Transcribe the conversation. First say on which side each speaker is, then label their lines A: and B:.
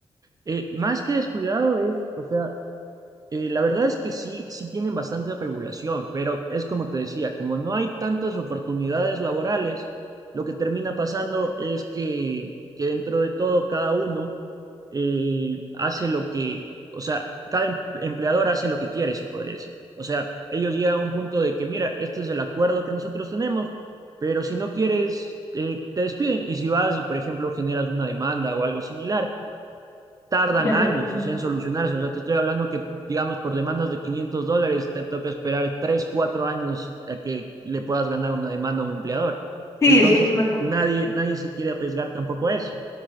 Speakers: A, on the right; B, on the left.
A: Eh, más que descuidado es, o sea, Eh, la verdad es que sí, sí tienen bastante regulación, pero es como te decía, como no hay tantas oportunidades laborales, lo que termina pasando es que, que dentro de todo cada uno eh, hace lo que, o sea, cada em- empleador hace lo que quiere, se podría decir. O sea, ellos llegan a un punto de que, mira, este es el acuerdo que nosotros tenemos, pero si no quieres, eh, te despiden. Y si vas y, por ejemplo, generas una demanda o algo similar, tardan
B: Ya
A: años,
B: entiendo.
A: o sea, en solucionarse. O sea, te estoy hablando que, digamos, por demandas de 500 dólares, te toca esperar 3 4 años a que le puedas ganar una demanda a un empleador.
B: Sí,
A: Entonces,
B: eso es una...
A: nadie, nadie se quiere arriesgar tampoco a eso.